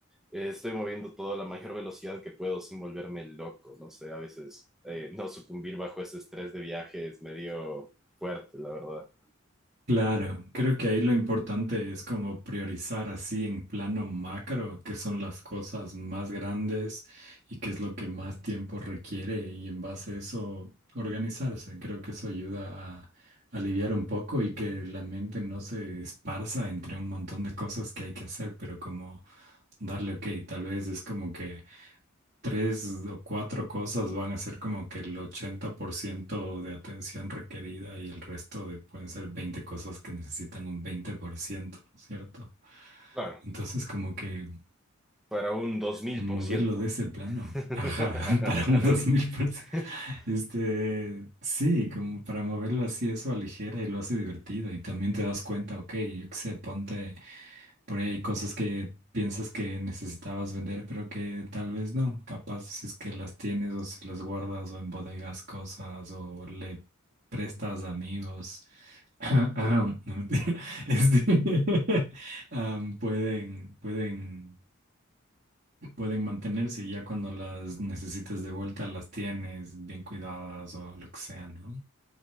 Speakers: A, in the centre; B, on the right.
A: eh, estoy moviendo todo a la mayor velocidad que puedo sin volverme loco, no sé, a veces eh, no sucumbir bajo ese estrés de viaje es medio fuerte, la verdad.
B: Claro, creo que ahí lo importante es como priorizar así en plano macro qué son las cosas más grandes y qué es lo que más tiempo requiere y en base a eso organizarse. Creo que eso ayuda a aliviar un poco y que la mente no se esparza entre un montón de cosas que hay que hacer, pero como darle, ok, tal vez es como que tres o cuatro cosas van a ser como que el 80% de atención requerida y el resto de pueden ser 20 cosas que necesitan un 20%, ¿no es ¿cierto?
A: Claro,
B: Entonces como que
A: para un dos mil
B: moverlo
A: por ciento
B: de ese plano,
A: <laughs>
B: ajá, <laughs> para un 2000%, este, sí, como para moverlo así, eso aligera y lo hace divertido y también te das cuenta, ok, yo qué sé, ponte... Por ahí hay cosas que piensas que necesitabas vender, pero que tal vez no. Capaz si es que las tienes o si las guardas o en bodegas cosas o le prestas a amigos. <clears throat> No, mentira. <laughs> Este, <laughs> am, pueden, pueden, pueden mantenerse y ya cuando las necesites de vuelta las tienes bien cuidadas o lo que sea, ¿no?